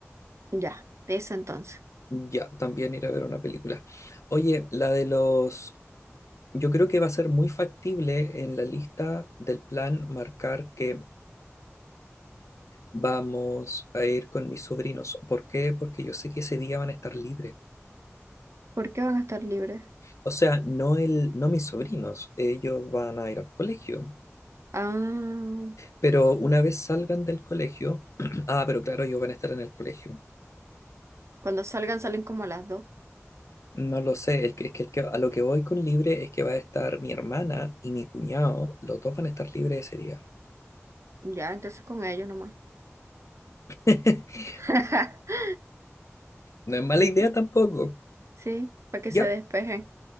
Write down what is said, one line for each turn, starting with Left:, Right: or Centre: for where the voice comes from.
Right: Ya, de eso entonces.
Left: Ya, también ir a ver una película. Oye, la de los... Yo creo que va a ser muy factible en la lista del plan marcar que vamos a ir con mis sobrinos. ¿Por qué? Porque yo sé que ese día van a estar libres.
Right: ¿Por qué van a estar libres?
Left: O sea, no, el, no mis sobrinos, ellos van a ir al colegio.
Right: Ah,
Left: Pero una vez salgan del colegio, <clears throat> ah, pero claro, ellos van a estar en el colegio.
Right: cuando salgan, salen como a las dos.
Left: No lo sé, el que, es que, el que a lo que voy con libre es que va a estar mi hermana y mi cuñado, los dos van a estar libres ese día.
Right: Ya, entonces con ellos nomás.
Left: <laughs>
Right: <laughs>
Left: No es mala idea
Right: Que-
Left: tampoco.
Right: Sí, para que
Left: Ya,
Right: se despejen.